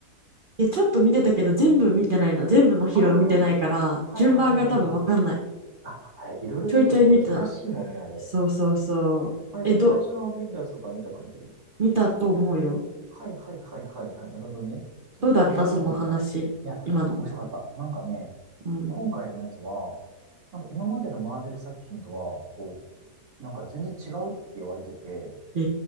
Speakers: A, on the right (about 40°); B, on the right (about 65°).
A: え、ちょっと見てたけど、全部見てないの。全部のヒロ見てないから、
B: ああー、
A: 順番が多分わかんない。
B: はいはいはいはいはい。あ、あれ、いろいろ出てて難しいもんね、
A: ちょいちょい見てた。
B: あれ。
A: そうそうそう。
B: あれ、
A: え、
B: じゃあ最初のアベンジャーズとか見た感じ
A: ど、見たと思うよ。
B: はいはいはいはいはい。なるほどね。じゃあなかなか今のは。
A: どうだったその話、
B: いや、
A: 今の。
B: 面白かった。なんかね、
A: うん。
B: 今回のやつは、なんか今までのマーベル作品とは、こう、なんか全然違うって言われてて、
A: え